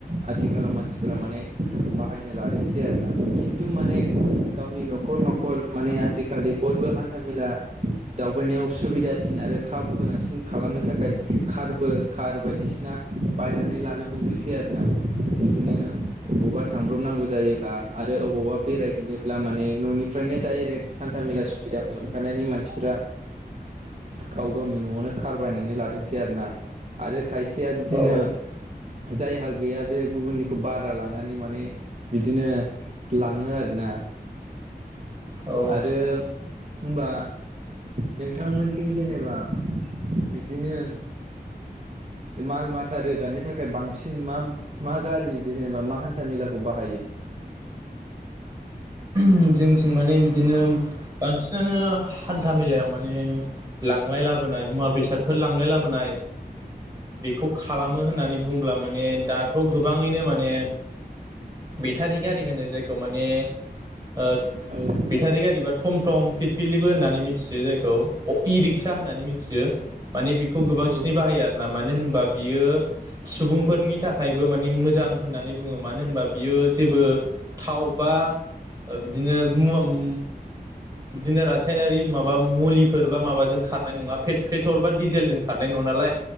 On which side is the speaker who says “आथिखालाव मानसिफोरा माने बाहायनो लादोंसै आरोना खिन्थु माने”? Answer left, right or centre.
Right